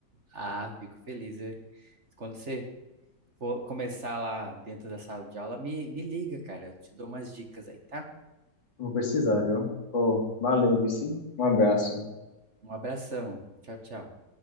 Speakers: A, on the right; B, on the left.
A: ah, fico feliz. Eu- Quando você for começar lá dentro da sala de aula, me, me liga, cara. Eu te dou umas dicas aí, tá?
B: Vou precisar, viu? Pô, valeu, Vici. Um abraço.
A: Um abração. Tchau, tchau.